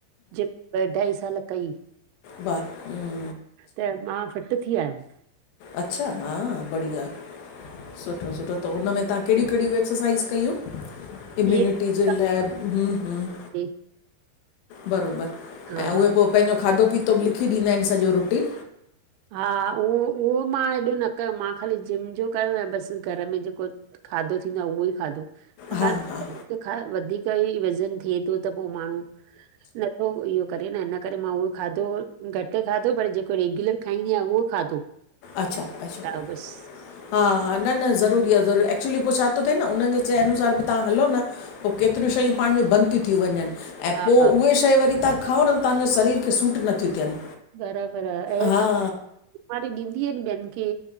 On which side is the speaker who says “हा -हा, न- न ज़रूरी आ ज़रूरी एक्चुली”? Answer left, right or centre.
Left